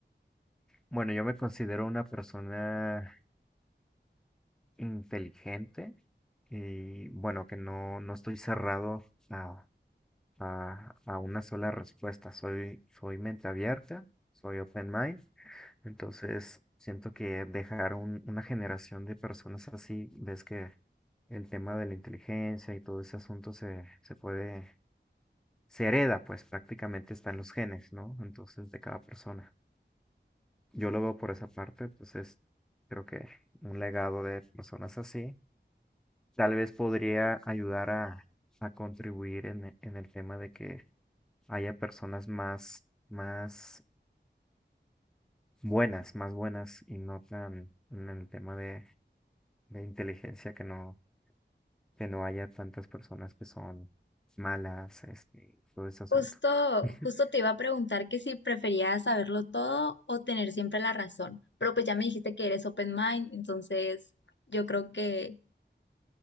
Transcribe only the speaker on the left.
Justo,
justo te iba a preguntar que si preferías saberlo todo o tener siempre la razón, pero pues ya me dijiste que eres open mind, entonces yo creo que,